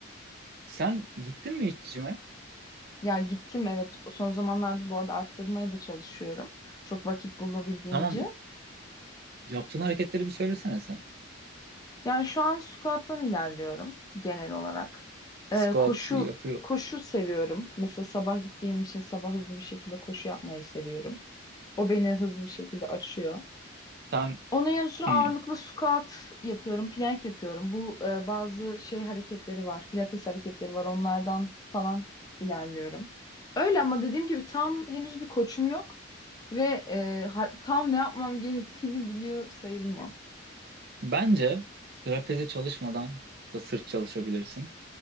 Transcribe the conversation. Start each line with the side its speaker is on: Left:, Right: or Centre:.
Right: Sen gittin mi hiç cime?
Left: Ya gittim evet. Son zamanlarda bu arada arttırmaya da çalışıyorum. Çok vakit bulabildiğimce.
Right: Tamam Yaptığın hareketleri bir söylesene sen.
Left: Yani şu an squat'tan ilerliyorum genel olarak.
Right: Squat
Left: Ee, koşu
Right: yapıyor.
Left: koşu seviyorum. Mesela sabah gittiğim için sabah hızlı bir şekilde koşu yapmayı seviyorum. O beni hızlı bir şekilde açıyor.
Right: Sen
Left: Onun yanı sıra
Right: hmm.
Left: ağırlıklı squat yapıyorum, plank yapıyorum. Bu e, bazı şey hareketleri var, pilates hareketleri var. Onlardan falan ilerliyorum. Öyle ama dediğim gibi tam henüz bir koçum yok ve e, ha- tam ne yapmam gerektiğini biliyor sayılmam.
Right: Bence trapeze çalışmadan da sırt çalışabilirsin.